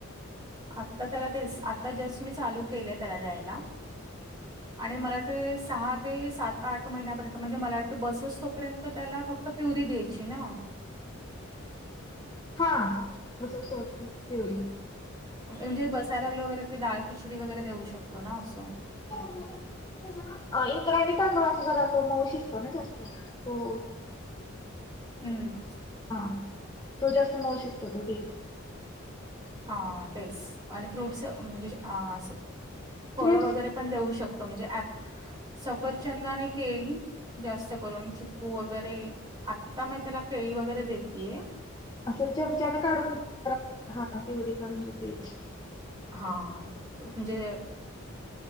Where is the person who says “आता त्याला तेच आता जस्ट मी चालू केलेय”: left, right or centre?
Right